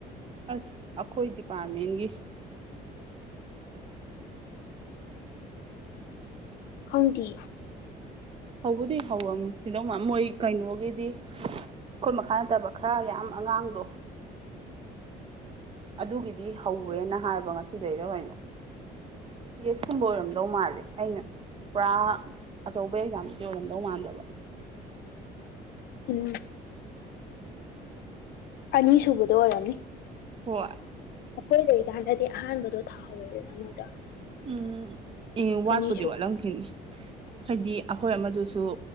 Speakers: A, on the right; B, on the left.
A: ꯑꯁ ꯑꯩꯈꯣꯏ ꯗꯤꯄꯥꯔꯠꯃꯦꯟꯒꯤ
B: ꯈꯪꯗꯦ
A: ꯍꯧꯕꯗꯤ ꯍꯧꯔꯝꯃꯤ ꯀꯩꯗꯧꯃ ꯃꯣꯏ ꯀꯩꯅꯣꯒꯤꯗꯤ ꯑꯩꯈꯣꯏ ꯃꯈꯥ ꯅꯠꯇꯕ ꯈꯔ ꯌꯥꯝ ꯑꯉꯥꯡꯗꯣ ꯑꯗꯨꯒꯤꯗꯤ ꯍꯧ꯭ꯔꯦꯅ ꯍꯥꯏꯕ ꯉꯁꯤꯗꯩꯔ ꯀꯩꯅꯣ ꯇꯦꯐ ꯀꯨꯝꯕ ꯑꯣꯏꯔꯝꯗꯧ ꯃꯥꯜꯂꯦ ꯑꯩꯅ ꯄꯨꯔꯥ ꯑꯆꯧꯕ ꯑꯦꯛꯖꯥꯝꯁꯤꯗꯤ ꯑꯣꯏꯔꯝꯗꯧ ꯃꯥꯟꯗꯕ
B: ꯎꯝ ꯑꯅꯤꯁꯨꯨꯕꯗ ꯑꯣꯏꯔꯝꯅꯤ
A: ꯍꯣꯏ
B: ꯑꯩꯈꯣꯏ ꯂꯩꯔꯤꯀꯥꯟꯗꯗꯤ ꯑꯍꯥꯟꯕꯗꯣ ꯊꯥꯍꯧꯔꯦꯗꯅ ꯃꯣꯏꯗꯣ
A: ꯎꯝ ꯑꯦ ꯋꯥꯠꯄꯨꯗꯤ
B: ꯑꯅꯤꯁꯨꯕ
A: ꯋꯥꯠꯂꯝꯗꯦ ꯍꯥꯏꯗꯤ ꯑꯩꯈꯣꯏ ꯑꯃꯗꯨꯁꯨ